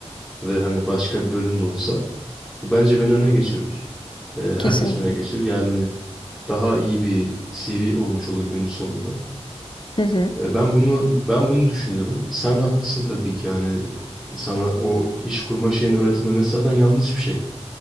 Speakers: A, in the centre; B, on the left.
A: ve hani başka bir bölüm de olsa bu bence beni öne geçirir. E, herkes
B: Kesinlikle.
A: öne geçirir. Yani daha iyi bir CV olmuş olur günün sonunda.
B: Hı hı.
A: E, Ben bunu ben bunu düşünüyorum. Sen haklısın tabii ki yani sana o iş kurma şeyin öğretilmemesi zaten yanlış bir şey.